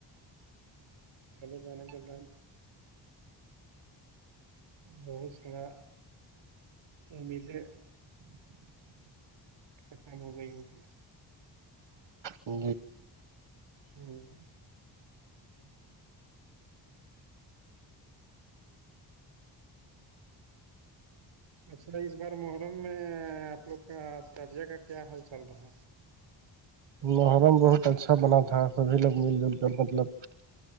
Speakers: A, on the right; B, on the right.
A: چلے جانے کے بعد بہو سڑا امیدیں ختم ہو گئی ہوگئی
B: ا
A: ہوں اچھا اس بار محرم میں آپ لوگ کا تعجزیہ کا کیا حال چل رہا ہے
B: محرم بہت اچھا بنا تھا سبھی لوگ مل جل کر مطلب